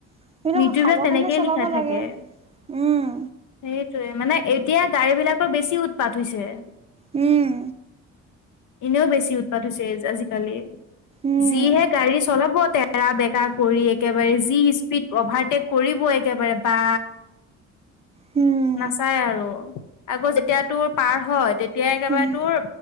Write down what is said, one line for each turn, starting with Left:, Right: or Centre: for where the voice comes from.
Right: সেইবিলাক
Left: মৃত্যুৰ
Right: সাৱধানে
Left: পৰা তেনেকেই
Right: চলাব
Left: লিখা থাকে
Right: লাগে
Left: সেইটোৱে
Right: উম
Left: মানে এতিয়া। গাড়ী বিলাকৰ বেছি উৎপাত হৈছে।
Right: উম।
Left: এনেও বেছি উৎপাত হৈছে আজিকালি
Right: উম
Left: যিহে গাড়ী চলাব তে। এৰা বেকা কৰি একেবাৰে যি। স্পিড অভাৰটেক কৰিব একেবাৰে বা।
Right: উম
Left: নাচাই আৰু আগৌ যেতিয়া তোৰ পাৰ হয় তেতিয়াাই একেবাৰে
Right: উম
Left: তোৰ।